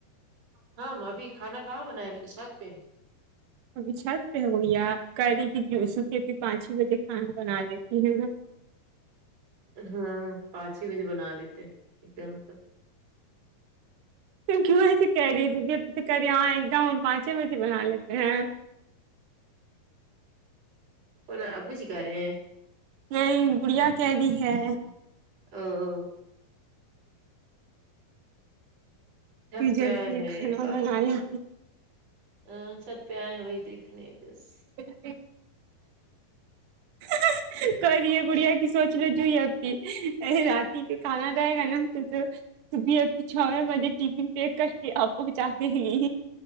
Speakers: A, on the right; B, on the right.
A: ہاں ابھی کھانا کہاں بنا ہے ابھی تو چھت پہ
B: ابھی چھت پہ ہویا کیری کی جو سوکے بھی پانچ چھ بجے کھانا بنا لیتی ہیں نا
A: ہاں پانچ چھ بجے بنا لیتے ایک دم سے
B: ت کیوں ایسے کہہ رہی ہو دیدی کہہ رہی ہاں ایک دم پانچ چھ بجے بنا لیتے ہیں
A: اور ابو جی کہہ رہے ہیں
B: نہیں گڑھیا کہہ رہی ہے
A: اں اں چھت
B: کہ
A: پہ
B: جلدی
A: اے ہے
B: کھانا
A: بات
B: بنانے
A: ہی کریں ا چھت پہ اہے وہی دیکھنے دس
B: <unintelligible> ک رہی ہے کڑیا سوچ لے جو یہ ا پی اہے اتی کے کھانا جائے گا نا تو تو تو بھی اپ کی چھاو ہے بجے ٹفن پیک کر کے آپ کو پہنچاتے ہیں